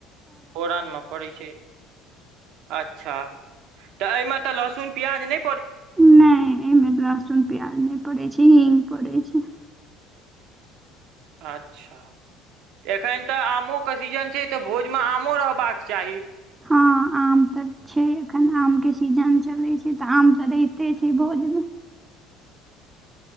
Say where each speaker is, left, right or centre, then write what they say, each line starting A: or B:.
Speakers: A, on the right; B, on the right.
A: फोरन मे पड़ै छै। अच्छा, त एहिमे त लहसुन प्याज नै
B: नै एहिमे लहसुन प्याज नै पड़ै छै हींग पड़ै छै
A: अच्छा। त एखैन त आमोके सीजन छै त भोजमे आमो रहबाक चाही।
B: हँ, आम आम त छै, एखन आम के सीजन चले छै, त आम त रहिते छै भोज मे। <inaudible>